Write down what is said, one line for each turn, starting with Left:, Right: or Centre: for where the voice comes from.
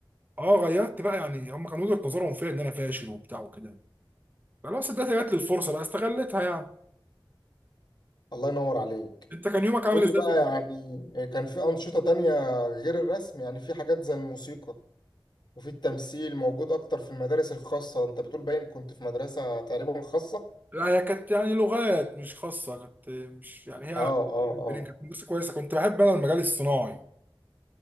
Right: اه غيرت بقى يعني هم كانوا وجهة نظرهم فيا ان انا فاشل وبتاع وكده خلاص اديت جات لي الفرصه بقى استغلتها يعني
Left: الله ينور عليك
Right: انت كان يومك عامل
Left: قول
Right: ازاي
Left: لي بقى
Right: في المدرسه؟
Left: يعني كان في انشطه تانية غير الرسم يعني في حاجات زي الموسيقى وفي التمثيل موجود اكتر في المدارس الخاصه انت بتقول باين كنت في مدرسه تقريبا خاصه
Right: لا هي كانت يعني لغات مش خاصه كانت مش يعني هي
Left: اه اه
Right: البنين،
Left: اه
Right: كانت مدرسه كويسه كنت بحب انا المجال الصناعي